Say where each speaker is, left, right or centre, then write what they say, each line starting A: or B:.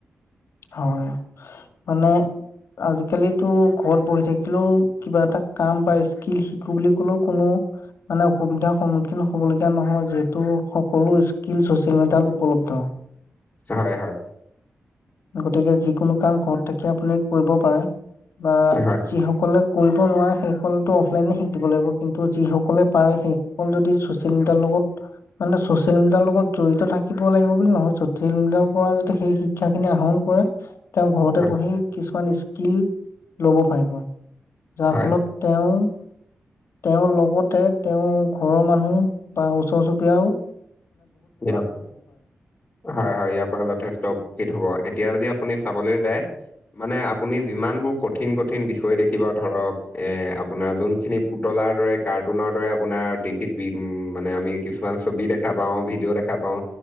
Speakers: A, on the left; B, on the left.
A: হয়, মানে আজিকালিতো ঘৰত বহি থাকিলেওঁ, কিবা এটা কাম বা স্কিল সিকো বুলি ক'লেও কোনো মানে অসুবিধাৰ সন্মুখীন হ'বলগীয়া নহয়, যিহেতু সকলো স্কিল চচিয়েল মিডিয়াত উপলব্ধ।
B: হয় হয়।
A: গতিকে যিকোনো কাম ঘৰত থাকি আপুনি কৰিব পাৰে, বা
B: হয়
A: যিসকলে কৰিব নোৱাৰে, সেইসকলেতো অফলাইনেই শিকিব লাগিব, কিন্তু যিসকলে পাৰে সেইসকল যদি চ'চিয়েল মিডিয়াৰ লগ ক'ত? মানে চচিয়েল মিডিয়াৰ লগত জড়িত থাকিব লাগিব বুলি নহয়, চচিয়েল মিডিয়াৰ পৰা যদি সেই শিক্ষা খিনি আহৰণ কৰে, তেওঁ ঘৰতেই
B: হয়
A: পঢ়ি কিছুমান স্কিল ল'ব পাৰিব। যাৰফলত
B: হয়
A: তেওঁ তেওঁৰ লগতে, তেওঁৰ ঘৰৰ মানুহ বা ওচৰ চুবুৰীয়াওঁ
B: <unintelligible> হয় হয়, ইয়াৰ পৰা যথেষ্ট হ'ব, এতিয়া যদি আপুনি চাবলৈ যায় মানে আপুনি যিমানবোৰ কঠিন কঠিন বিষয় দেখিব, ধৰক, এ আপোনাৰ যোনখিনি পুতত লাৰ দৰে, কাৰ্টুনৰ দৰে আপোনাৰ টিভিত মানে আমি কিছুমান ছবি দেখা পাওঁ, ভিডিঅ দেখা পাওঁ,